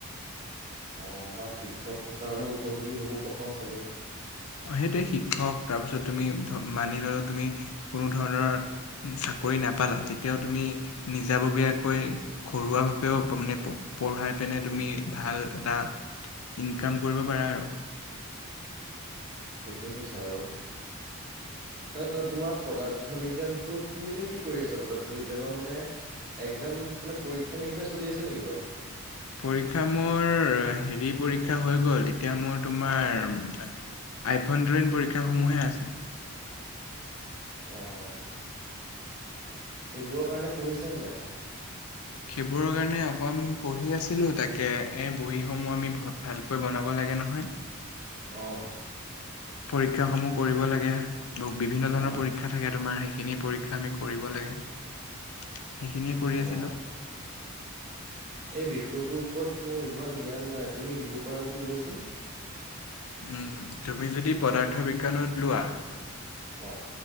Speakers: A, on the right; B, on the left.
A: অ বা শিক্ষকৰ কাৰণেও উপযোগী হ'ব পাৰো চাগে?
B: সেইটোৱে শিক্ষক তাৰপিছত তুমি মানি ললে তুমি কোনো ধৰণৰ কৰি‌ নাপালা তেতিয়াও তুমি নিজাববীয়াকৈ ঘৰুৱা ভাৱেও মানে পঢ়া তেনে তুমি ভাল এটা ইনকাম কৰিব পাৰা আৰু।
A: ঠিকেই কৈছা বাৰু। অ তোমাৰ পদাৰ্থ বিজ্ঞানটো তুমি এতিয়া কি কৰি আছা পদাৰ্থ বিজ্ঞানৰ মানে এক্জাম মানে পৰীক্ষা নিৰীক্ষা চলি আছে নেকি বাৰু?
B: পৰীক্ষা মোৰ হেৰি পৰীক্ষা হৈ গল এতিয়া মোৰ তোমাৰ আভ্যন্তৰীণ পৰীক্ষাসমূহে আছে
A: আহ সেইবোৰৰ কাৰণে পঢ়িছা নে নাই।
B: সেইবোৰৰ কাৰণে অকন পঢ়ি আছিলো তাকে এ বহীসমূহ আমি ভালকৈ বনাব লাগে। লাগে নহয়?
A: অহ।
B: পৰীক্ষা সমূহ কৰিব লাগে ব বিভিন্ন ধৰণৰ
A: অ
B: পৰীক্ষা থাকে তোমাৰ সেই খিনি পৰীক্ষা আমি কৰিব লাগে, সেইখিনিয়ে কৰি আছিলোঁ
A: অ
B: <unintelligible>
A: এই বিষয়টোৰ ওপৰত মোৰ ইমান জ্ঞান নাই তুমি দিব পাৰা যে দিয়াচোন।
B: উম তুমি যদি পদাৰ্থ বিজ্ঞানত লোৱা।
A: অ